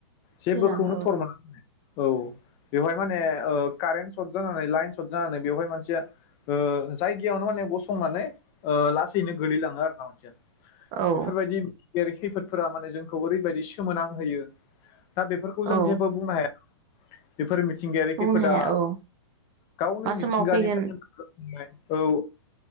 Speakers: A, on the left; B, on the right.
A: जेबोखौनो
B: थैलाङो
A: थरमोना औ बेवहाय माने ओ कारेन्ट सर्ट जानानै लाइन सर्ट जानानै बेवहाय मानसिया ओ जायगायावनो माने गसंनानै ओ लासैनो गोलैलाङो आरो ना मानसिया
B: औ औ
A: बेफोरबायदि मिथिंगायारि खैफोफोरा माने जोंखौ ओरैबायदि सि सोमोनां होयो दा बेफोरखौ जों
B: औ
A: जेबो बुंनो हाया बेफोर मि मिथिंगायारि
B: बुंनो
A: खैफोदा
B: हाया औ
A: गावनो
B: मा
A: मिथिंगानिफ्राय
B: समाव फैगोन
A: मोन्नाय औ